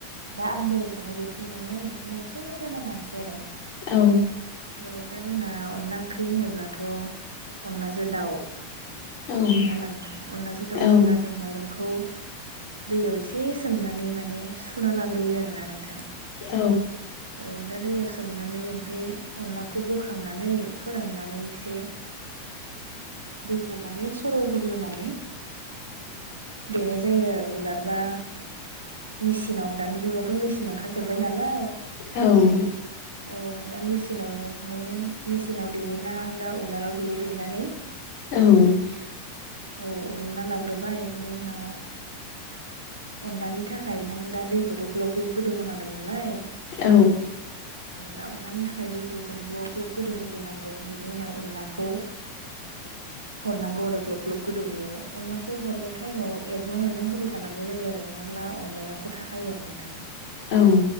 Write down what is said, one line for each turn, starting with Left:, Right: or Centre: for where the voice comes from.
Right: दा आं बोरै सङो बेखौ नोंनो नोंथांनो एसे फोरमायना होनसै आरो।
Left: औ
Right: औ दा जोंना अनला ओंख्रि होनोब्लाथ' अनलाजों दाउ‌
Left: औ
Right: नङा होमबा नोंथां? अनदलाजों दाउ होनोब्ला
Left: औ
Right: जों माइरंखौ दैयाव एसे सोमनानै माने सुना लाग्रोयो आरोना नोंथां।
Left: औ
Right: औ दा दैयाव सोमनानै ओमफ्राय अनलाखौ बोखांनानै फोराननानै एसे दैखौ माने सर' होग्रोनानै‌ देनाय जायो आरो उलारबा मेचिनाव दानि जुगावथ' मेचिन ओंखारजोबबाय नालाय।
Left: औ
Right: औ दा मेसिनाव नों मेचिनाव देयोना दा उलालाव देयो देनानै‌
Left: औ
Right: औ उनना लाग्रोबाय बेनि उनाव‌ अनलानि थाखाय नों दा दैखौथ' ग्लब ग्लब गोदौ होनांगोन लाय
Left: औ
Right: दा अनलानि थाखाय दैखौ जों ग्लब ग्लब गोदौ होग्रोनांगौ बिनि उनाव अनलाखौ‌ हरनांगौ आरो ग्लब ग्लब गोदौनायाव । अनलाखौ हरनाय टाइमाव एरग्लुं एरग्रुं होबाय थानांगौ जायो आरो नङाब्ला अनलाया गथाखायो आरो नोंथां।
Left: औ